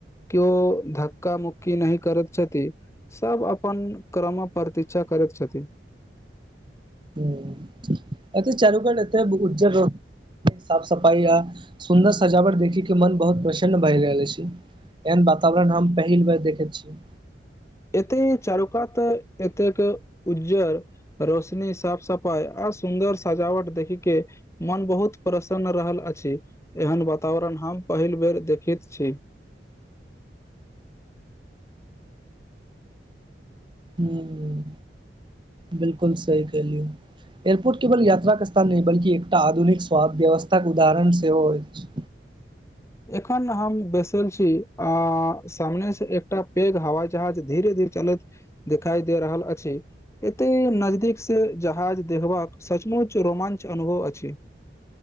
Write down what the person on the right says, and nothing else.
ह अच्छऽ चालू कर एतऽ उ्ज साफ सफाई आ सुन्दर सजावट देखी के मन बहुत प्रसन्न भए रहल अछि एहन वातावरण हम पहिल बेर देखै छी
ह बिलकुल सही कहलियौ एयरपोर्ट केवल यात्राक स्थान नहि बल्कि एकटा आधुनिक व्यवस्था के उदाहरण सेहो अछि